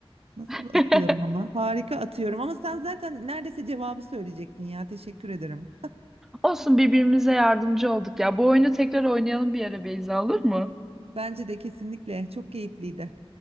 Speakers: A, on the right (about 80°); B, in the centre.
A: Nasıl
B: <laughs>
A: atıyorum ama? Harika atıyorum ama sen zaten neredeyse cevabı söyleyecektin ya. Teşekkür ederim.
B: Olsun birbirimize yardımcı olduk ya. Bu oyunu tekrar oynayalım bir ara Beyza olur mu?
A: Bence de kesinlikle çok keyifliydi.